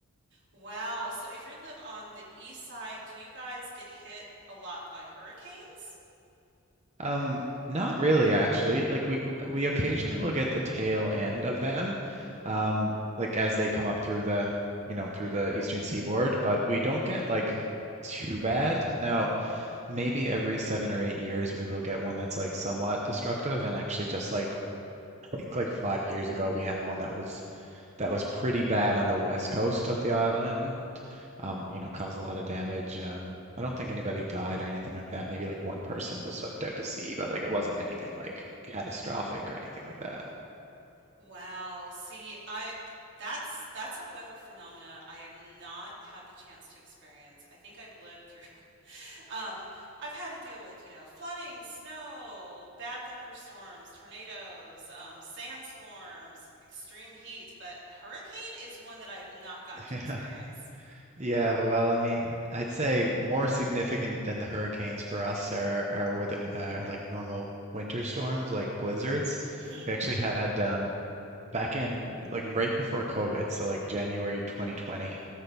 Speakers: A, on the right; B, on the right.
A: Wow. So if you live on the east side, do you guys get hit a lot by hurricanes?
B: Um, not really, actually. Like we we occasionally will get the tail end of them, um, like as they come up through the you know through the eastern seaboard, but we don't get like too bad. Now. maybe every seven or eight years we will get one that's like somewhat destructive. And actually, just like I think like five years ago, we had one that was that was pretty bad on the west coast of the island. Um, you know, caused a lot of damage. Um, I don't think anybody died or anything like that. Maybe like one person was swept out to sea, but like it wasn't anything like catastrophic or anything like that.
A: Wow. See, I that's that's a weather phenomena I have not had the chance to experience. I think I've lived through Um, I've had to deal with, you know, flooding, snow, bad thunderstorms, tornadoes, um, sandstorms, extreme heat, but hurricane is one that I have not gotten
B: <laughs>
A: to
B: Yeah.
A: experience.
B: Yeah, well, I mean, I'd say more significant than the hurricanes for us are are with uh, like normal winter storms, like blizzards.
A: hmm
B: We actually had um, back in like right before COVID, so like January 2020,